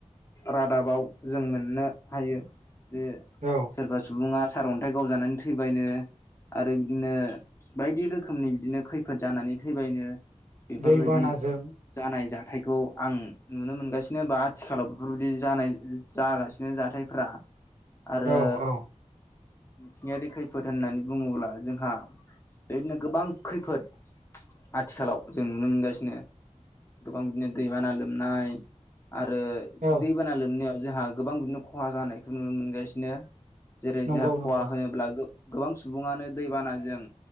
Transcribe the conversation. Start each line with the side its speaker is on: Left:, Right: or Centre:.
Left: रादाबाव जों मोननो हायो। जे
Right: औ
Left: सोरबा सुबुङा सारअन्थाइ गावजानानै थैबायनो आरो बिदिनो बायदि रोखोमनि बिदिनो खैफोद जानानै थैबायनो बेफोरबायदि
Right: दैबानाजों
Left: जानाय जाथायखौ आं नुनो मोनगासिनो बा आथिखालाव बेफोरबायदि जानाय जागासिनो जाथायफ्रा आरो
Right: औ औ
Left: मिथिंगायारि खैफोद होननानै बुङोब्ला जोंहा बेदिनो गोबां खैफोद आथिखालाव जों नुनो मोनगासिनो गोबां बिदिनो दैबाना लोम नाय आरो
Right: औ
Left: दैबाना लोमनायाव जोंहा गोबां बिदिनो खहा जानायखौ नुनो मोनगासिनो जेरै
Right: नंगौ
Left: जोंहा खहा
Right: नंगौ
Left: होनोब्ला गो गोबां सुबुङानो दैबानाजों